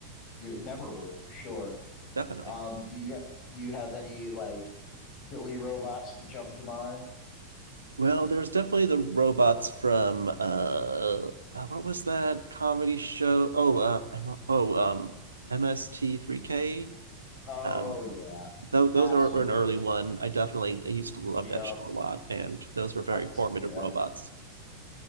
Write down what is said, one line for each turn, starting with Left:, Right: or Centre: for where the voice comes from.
Left: you're memorable for sure.
Right: <laughs> definitely.
Left: Um do you do you have any like silly robots that jump to mind?
Right: Well, there was definitely the robots from uh, uh, what was that comedy show? Oh, uh, I'm oh um MST3K.
Left: Oh
Right: Um,
Left: yeah.
Right: tho those
Left: Absolutely.
Right: are were an early one. I definitely I used to love
Left: Yep.
Right: that show a lot, and those were very
Left: That's
Right: formative
Left: yeah, that
Right: robots.